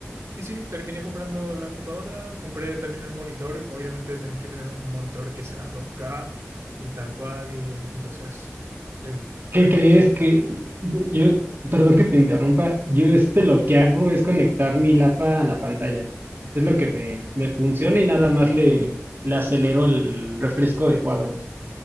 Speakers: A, on the right; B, on the right.
A: Y sí, terminé comprando la computadora, compré también el monitor. Obviamente tenés que tener un monitor que sea 2K y tal cual, y entonces... el-
B: ¿Qué
A: por ahí.
B: crees que yo, yo- perdón que te interrumpa, yo este lo que hago es conectar mi lapa a la pantalla. Es lo que me, me funciona y nada más le, le acelero el refresco de cuadros.